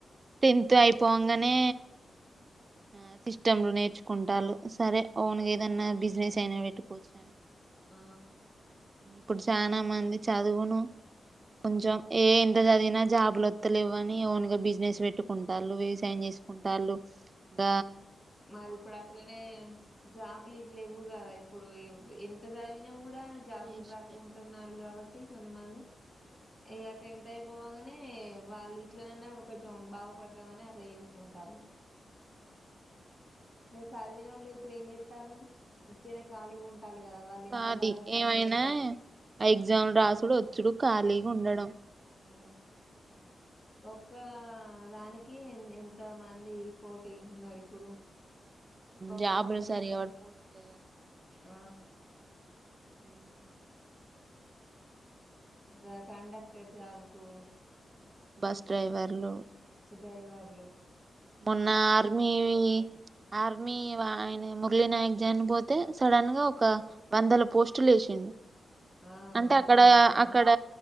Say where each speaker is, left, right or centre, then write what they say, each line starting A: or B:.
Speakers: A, on the right (about 30°); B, on the left (about 35°).
A: టెన్త్ అయిపోంగనే ఆ సిస్టమ్లు నేర్చుకుంటారు సరే అవున్ ఏదన్నా బిజినెస్ అయినా పెట్టుకోవచ్చాను
B: ఆ
A: ఇప్పుడు చాలా మంది చదువును కొంచెం ఏ ఎంత చదివినా జాబులు వత్తలేవు అని ఓన్ గా బిజినెస్ పెట్టుకుంటారు వ్యవసాయం చేసుకుంటారుు ద
B: మరి ఇప్పుడు అట్లనే జాబులు ఇది లే ఇవ్వు కదా ఇప్పుడు ఎంత చదివిన కూడా జాబులు
A: వేస్టే
B: రాకుకుంటున్నారు కాబట్టి కొంతమంది ఇక టెన్త్ ఇ అయిపోవగానే వాళ్ళు ఇట్లనైనా కొంచెం బాగుపడతామని అట్లా చేసుకుంటారు చదివిన వాళ్ళు ఇప్పుడు ఏం చెస్తాలు ఉత్తర్నే ఖాళీగా ఉంట పట్టాలి కదా వాళ్ళు ఎంత
A: ఖాళీ
B: బాధ పడతారు
A: ఏమైనా ఎగ్జామ్ రాసుడు వచ్చుడు ఖాళీగా ఉండడం
B: ఆ ఒక్క దానికి ఎన్ ఎంత మంది పోటీ ఉన్నారు ఇప్పుడు ఒక్క
A: జాబులు
B: పోస్ట్
A: సరిగా
B: కు
A: ఎవరు పోస్టులు
B: ఆ
A: ఉమ్
B: గ కండక్టర్ జాబ్ కు
A: బస్ డ్రైవర్లు
B: డైవర్
A: మొన్న ఆర్మీ వీ ఆర్మీ వా ఆయన మురళీనాయక్ జానీ పోతే సడన్ గా ఒక వందల పోస్టులు ఏషిండు
B: ఆ
A: అంటే
B: అవును
A: అక్కడ
B: అప్పుడు
A: అక్కడ